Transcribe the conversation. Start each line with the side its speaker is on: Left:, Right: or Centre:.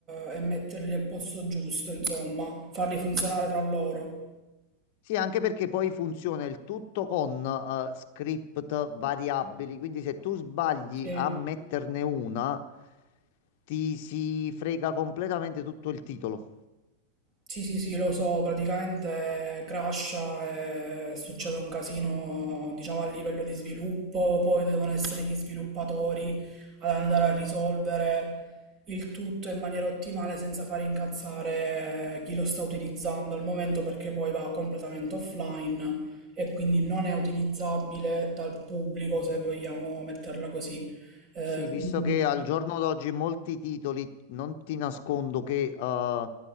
Right: eh, e metterli al posto giusto, insomma, farli funzionare tra loro.
Left: sì, anche perché poi funziona il tutto con eh, script variabili, quindi se tu sbagli
Right: Sì.
Left: a metterne una, ti si frega completamente tutto il titolo.
Right: Sì, sì, sì, lo so, praticamente crasha e succede un casino, diciamo, a livello di sviluppo, poi devono essere gli sviluppatori ad andare a risolvere il tutto in maniera ottimale senza fare incazzare chi lo sta utilizzando al momento perché poi va completamente offline e quindi non è utilizzabile dal pubblico se vogliamo metterla così. Eh,
Left: Sì, visto
Right: quindi
Left: che al giorno d'oggi molti titoli, non ti nascondo che eh,